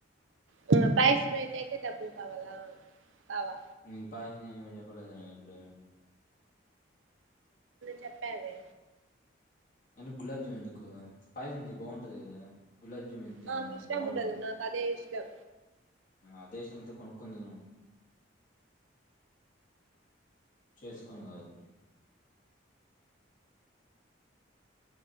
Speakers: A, on the right (about 80°); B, on the left (about 40°).
A: హుమ్ పాయసం కయితే డబ్బులు కావాలా కావా
B: హుమ్ పాయసం చేయమని చెప్పలేదే నేను ఎప్పుడే
A: చెప్పావే
B: అయినా గులాబ్ జామ్ ఎందుకూ అని పాయసం చెయ్ బాగుంటది కదా గులాబ్ జామ్ ఎంతైనా
A: నాకు ఇష్టం
B: బాగుండదు
A: ఉండదు నాకు అదే ఇష్టం
B: అంతా ఇష్టమైతే కొనుకొని తిను చేస్కొన్ కాదు